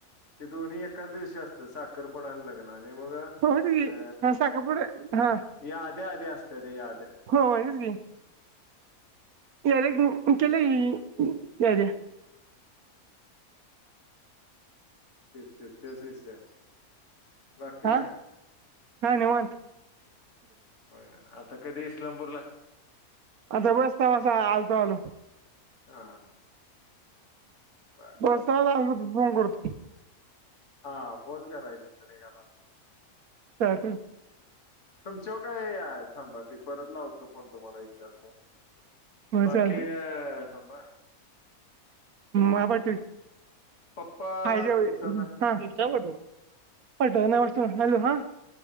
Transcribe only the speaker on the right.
होतीच की हा साखरपुडा हा
हो हेच गी यार केला याद्या <inaudible>
हा
हां निवांत
आता बस्तवसा आलतव
<unintelligible> फोन करतो.
चालतयं.
हा
चालतंय
मा पाटूव <unintelligible>
<unintelligible>
हाटल हा <inaudible>